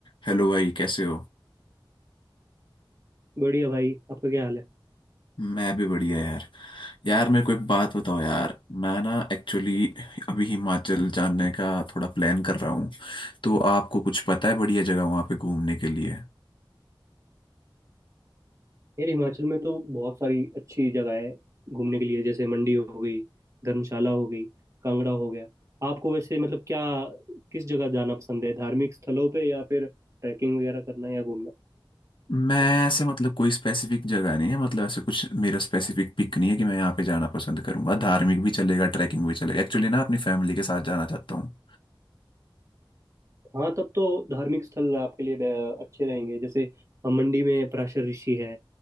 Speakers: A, on the left; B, on the right.
A: Hello भाई कैसे हो
B: बढ़िया भाई आपका क्या हाल है
A: मैं भी बढ़िया यार यार मेरे को एक बात बताओ यार मैं ना एक्चुअली अभी हिमाचल जाने का थोड़ा प्लान कर रहा हूँ तो आपको कुछ पता है बढ़िया जगह वहाँ पे घूमने के लिए
B: यार हिमाचल में तो बहुत सारी अच्छी जगह है घूमने के लिए जैसे मंडी हो गई धर्मशाला हो गई कांगड़ा हो गया आपको वैसे मतलब क्या किस जगह जाना पसंद है धार्मिक स्थलों पे या फिर ट्रैकिंग वगैरह करना या घूमना
A: मैं ऐसे मतलब कोई स्पेसिफिक जगह नहीं है मतलब ऐसे कुछ मेरा स्पेसिफिक पिक नहीं है कि मैं यहाँ पे जाना पसंद करूंगा धार्मिक भी चलेगा ट्रैकिंग भी चलेगा एक्चुअली ना अपनी फैमिली के साथ जाना चाहता हूँ
B: हाँ तब तो धार्मिक स्थल आपके लिए बे- अच्छे रहेंगे जैसे हम मंडी में पराशर ऋषि है